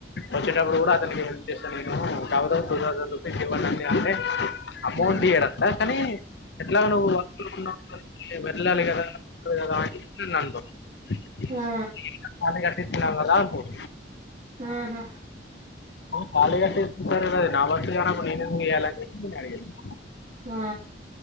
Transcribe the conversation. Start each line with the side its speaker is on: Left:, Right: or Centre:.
Left: వచ్చేటప్పుడు కూడ అతనికి హెల్ప్ చేశా నేను కాకపోతే టూ థౌసండ్ రూపీస్ ఇవ్వండనీ నేను అంటే, అమౌంట్
Right: ఆ
Left: ఇయ్యడంట కానీ ఎట్లా నువ్వు వర్క్ మీద అటు వెళ్ళాలి కదా. అనీ అంటుండు నీకింకా
Right: ఆ
Left: బానే కట్టిస్తున్నం కదా అంటుండు
Right: ఆహా
Left: బానే కట్టిస్తుంటరు, నా వర్క్ కానప్పుడు నేను ఎందుకు చెయ్యలని నేను అడిగిన.
Right: ఆ